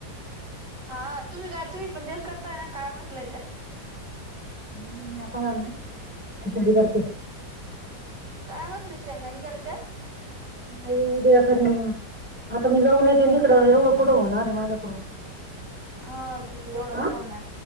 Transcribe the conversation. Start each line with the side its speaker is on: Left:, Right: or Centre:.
Right: हा, तुम्ही काय तुम्ही पण तेच करताय ना काळा मसल्याच्या.
Centre: नाही आता आलो खिचडी करते.
Right: काय बसलं शेंगा नाही करायच्या.
Centre: नाही उद्या करीन ना आता मी जाऊन येत तिकडं एवढं कुठं होणार आहे माझ्याकडून.
Right: हा, त एवढं
Centre: हा
Right: नि होणार